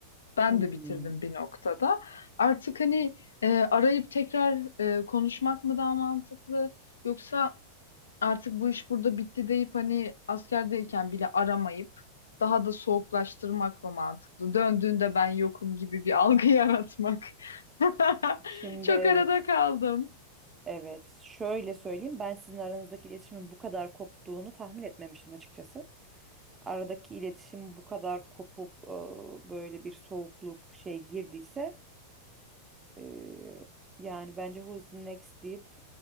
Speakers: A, on the left; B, on the right.
A: Ben
B: Hmm.
A: de bitirdim bir noktada. Artık hani e, arayıp tekrar e, konuşmak mı daha mantıklı? Yoksa artık bu iş burada bitti deyip hani askerdeyken bile aramayıp daha da soğuklaştırmak mı mantıklı? Döndüğünde ben yokum gibi bir algı <laughs> yaratmak. <laughs>
B: Şimdi
A: Çok
B: evet.
A: arada kaldım.
B: Evet, şöyle söyleyeyim. Ben sizin aranızdaki iletişimin bu kadar koptuğunu tahmin etmemiştim açıkçası. Aradaki iletişim bu kadar kopup e, böyle bir soğukluk şey girdiyse e, yani bence Who's Next deyip